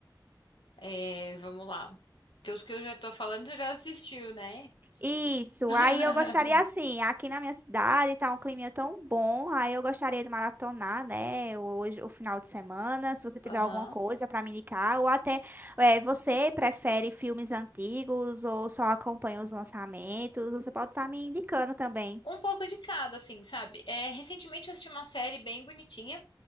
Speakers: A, on the left; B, on the right.
A: é, vamos lá. Porque os que eu já tô falando, você já assistiu, né?
B: Isso,
A: <laughs>
B: aí eu gostaria assim, aqui na minha cidade tá um clima tão bom, aí eu gostaria de maratonar, né, hoje, o final de semana, se você tiver
A: Aham.
B: alguma coisa para me indicar, ou até eh, você prefere filmes antigos ou só acompanha os lançamentos, você pode estar me indicando também.
A: Um pouco de cada, assim, sabe? É, recentemente eu assisti uma série bem bonitinha.